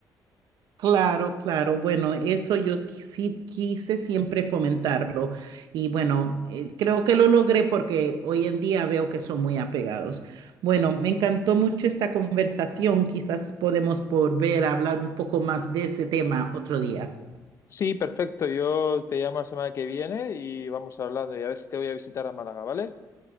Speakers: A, on the right (about 80°); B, on the left (about 45°).
A: Claro, claro. Bueno, eso yo qui- sí quise siempre fomentarlo y bueno, eh, creo que lo logré porque hoy en día veo que son muy apegados. Bueno, me encantó mucho esta conversación. Quizás podemos volver a hablar un poco más de ese tema otro día.
B: Sí, perfecto. Yo te llamo la semana que viene y vamos hablando y a ver si te voy a visitar a Málaga, ¿vale?